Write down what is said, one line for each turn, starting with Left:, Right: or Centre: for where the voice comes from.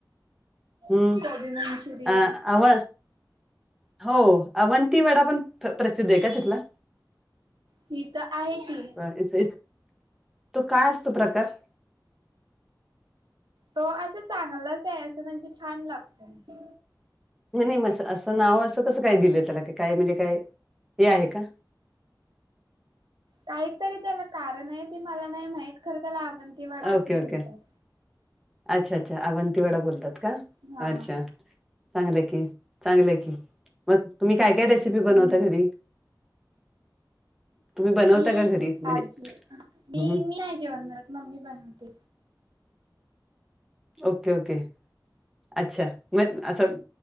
Centre: हम्मं
Right: कोबी मंचुरी
Centre: अ आव हो अवंती वडा पण प्रसिद्ध आहे का तिथला?
Right: ती इथं आहे की.
Centre: आ इस इस तो कायं असतो प्रकार?
Right: तो असं चांगलाच आहे असं म्हणजे छान लागतंय.
Centre: मने म असं असं नावं असं कसं काय दिलेय त्याला क काय म्हणजे काय हे आहे का?
Right: काही तरी त्याला कारण आहे ते मला नाही माहीत खरं त्याला आवंती वडा असं
Centre: ओके
Right: बोलतात.
Centre: ओके अच्छा अच्छा अवंतीवडा बोलतात का
Right: हा
Centre: अच्छा. चांगलंय की चांगलंय की मगं तुम्हीं काय काय रेसिपी पी
Right: हम्म
Centre: बनवताय घरी. तुम्ही बनवता
Right: मी
Centre: का घरी म्हणजे
Right: नाजी मी
Centre: हं,
Right: मी नाय जेवणं बनवत मम्मी बनवते.
Centre: Okay okay. अच्छा मगं असं